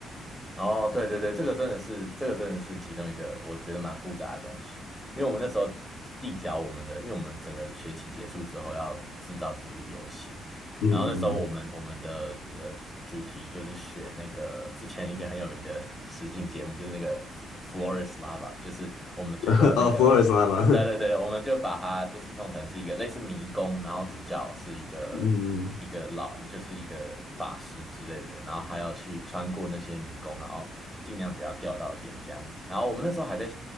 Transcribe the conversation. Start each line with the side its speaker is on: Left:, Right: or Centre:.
Centre: 哦，对对对，这个真的是这个真的是其中一个我觉得蛮复杂的东西，因为我们那时候递交我们的，因为我们整个学期结束之后要制造出一个游戏。
Left: 嗯嗯
Centre: 然后那时候我们我们的呃主题就是选那个之前一个很有名的实境节目，就是那个 Flores Lava，就是我们就用那个，
Left: 嗯，<laughs> 呃，福尔摩沙嘛，
Centre: 对对对，我们就把它就是弄成是一个类似迷宫，然后主角是一个一个老就是一个法师之类的人，
Left: <laughs> 嗯，
Centre: 然后还要去穿过那些迷宫，然后尽量不要掉到岩浆里。然后我们那时候还在